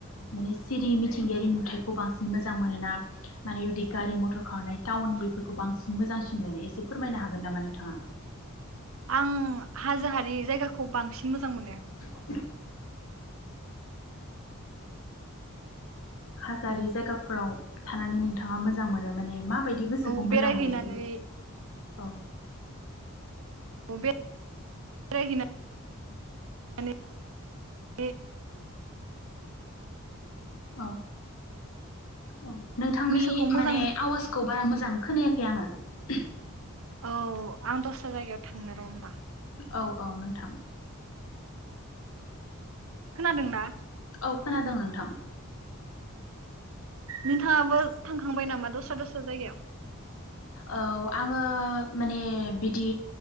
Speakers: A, on the left; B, on the right.
A: माने सिरि मिथिंगायारि नुथायखौ बांसिन मोजां मोन ना माने बिदि गारि मथर खनाय थावउन बेफोरखौ बांसिन मोजांसिन माने एसे फोरमायनो हागोन नामा नोंथाङा।
B: आं हाजो हारि जायगाखौ बांसिन मोजां मोनो।
A: औ हाजोआरि जागाफोराव थानानै मोजां मोनो माने मा बायदि गोसोखौ
B: औ
A: मोजां
B: बेरायहैनानै
A: मोनो एसे औ ।
B: उबे <unintelligible> माने <inaudible> ने
A: औ औ नोंथांनि
B: गोसोखौ मोजां
A: माने
B: मोनो।
A: आवाजखौ बारा मोजां खोनायाखै आङो ।
B: औ आं दस्रा जायगायाव थांनो र' होनबा।
A: औ औ नोंथां।
B: खोनादों ना।
A: औ खोनादों नोंथां ।
B: नोंथाङाबो थांखांबाय नामा दस्रा दस्रा जायगायाव?
A: औ आङो माने बिदि